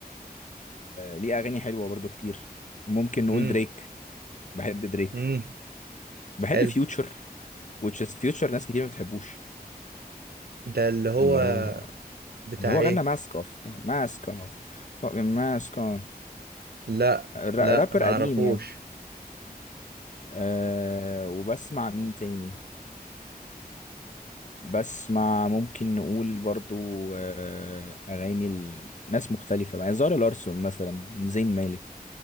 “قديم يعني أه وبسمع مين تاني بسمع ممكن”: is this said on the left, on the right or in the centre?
Left